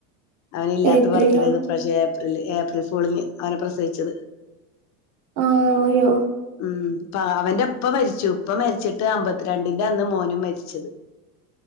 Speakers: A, on the left; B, on the right.
A: അവന്ല്ലാത്ത
B: ഏപ്രിലാണ്
A: ബർത്ത്ഡേന്ന്പ്പ്രാശ്യം ഏപ്രിൽ ഏപ്രിൽ ഫൂളിന് അവനെ പ്രസവിച്ചത്
B: ആഹ് അയ്യോ
A: ഉം പ അവന്റെ പ്പ മരിച്ചു പ്പ മരിച്ചിട്ട് അമ്പത്തിരണ്ടിന്റന്ന് മോനും മരിച്ചത്